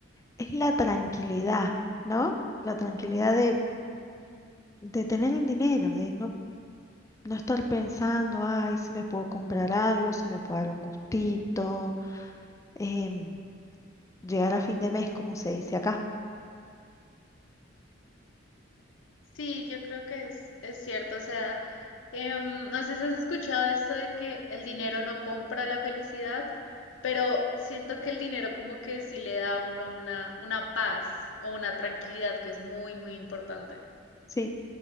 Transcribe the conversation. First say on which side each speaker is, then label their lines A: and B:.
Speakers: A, on the left (about 15°); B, on the left (about 75°).
A: es la tranquilidad, ¿no? La tranquilidad de,
B: Sí.
A: de tener el dinero, de no, no estar pensando, ay, si me puedo comprar algo, si me puedo dar un gustito. em, Llegar a fin de mes, como se dice acá.
B: Sí, yo creo que es, es cierto. O sea, em, no sé si has escuchado esto de que el dinero no compra la felicidad, pero siento que el dinero como que sí le da a uno una, una paz o una tranquilidad que es muy, muy importante.
A: Sí,